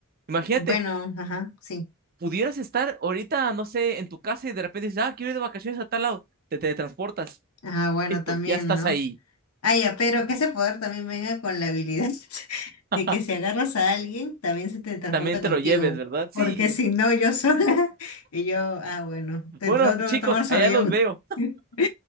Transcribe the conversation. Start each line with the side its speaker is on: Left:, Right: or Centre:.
Right: Imagínate,
Left: bueno, ajá, sí.
Right: pudieras estar ahorita, no sé, en tu casa y de repente dices, ah, quiero ir de vacaciones a tal lado, te teletransportas
Left: Ah, bueno,
Right: Listo,
Left: también,
Right: ya estás
Left: ¿no?
Right: ahí.
Left: Ah, ya, pero que ese poder también venga con la habilidad <laughs>
Right: <laughs>
Left: de que si agarras a alguien, también se te transporta
Right: También te
Left: contigo.
Right: lo lleves, ¿verdad? Sí.
Left: Porque si no, yo sola. <laughs> Y yo, ah, bueno, te,
Right: Bueno,
Left: lo tengo
Right: chicos,
Left: que tomar su
Right: allá
Left: avión.
Right: los veo.
Left: <laughs> Nos